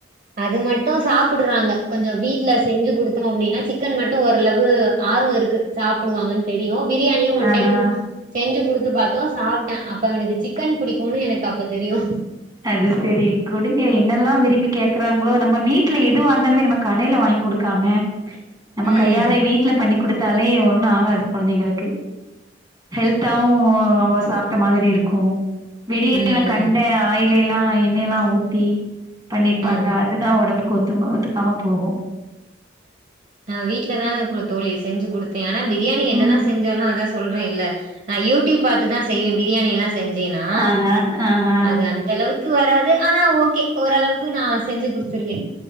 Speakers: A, on the right; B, on the right.
A: அது மட்டு சாப்பிடுறாங்க கொஞ்சோ வீட்ல செஞ்சு கொடுத்தோம் அப்டினா சிக்கன் மட்டு ஓரளவு ஆர்வோ இருக்கு சாப்புடுவா அவ தெரியு பிரியாணியு ஒன்
B: ஆஹா
A: டைம் செஞ்சு குடுத்து பாத்தோ சாப்டா அப்ப அவனுக்கு சிக் கன் புடிக்குனு எனக் அப்போ தெரியு உ
B: அது செரி குடுங்க என்னெல்லா விரும்பி கேக்குறாங்ளோ நம்ம வீட்ல எதுவா இருந்தாலுமே நம்ம கடைல வாய்ங் குடுக்காம நம்ம
A: ம்
B: கையால வீட்ல பண்ணி குடுத் தாலே ஒண்ணு ஆகாது கொழந்தைங்களுக்கு ஹெல்த்தாவு அவ்ங்க சாப்ட்ட மாதிரி இருக்கு வெளில
A: ம்
B: கண்ட
A: ம்
B: ஆயில் ல ஏ எல்லா எண்ணெயல்லா ஊத்தி பண்ணிர்பாங்க
A: ம்
B: அதுதா ஒடம்புக்கு ஒத் ரொம்ப ஒத்துக்காம போகு
A: நா வீட்ல தா தோழி செஞ்சு குடுத்தே ஆனா வெ பிரியாணி என்ன
B: ம்
A: தா செஞ்சாலு அத சொல்றே இல்ல நா யூடியூப் பாத்துதா செய்வே பிரியாணி எல்லா செஞ்சேன்னா
B: ஆஹா ஆஹா
A: அது அந்த அளவுக்கு வராது ஆனா ஓகே ஓரளவுக்கு நா செஞ்சு குடுத்துருவே